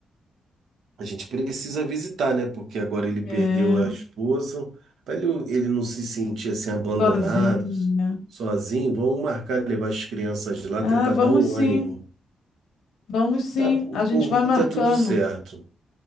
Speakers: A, on the right (about 85°); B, on the left (about 85°).
A: A gente precisa visitar, né? Porque agora ele perdeu
B: É,
A: a esposa. Para ele, ele não se sentir assim abandonado,
B: sozinho, né?
A: sozinho, vamos marcar levar as crianças lá,
B: Ah,
A: tentar
B: vamos
A: dar um
B: sim,
A: ânimo.
B: vamos sim.
A: Tá, por
B: A gente
A: por
B: vai
A: mim
B: marcando.
A: tá tudo certo.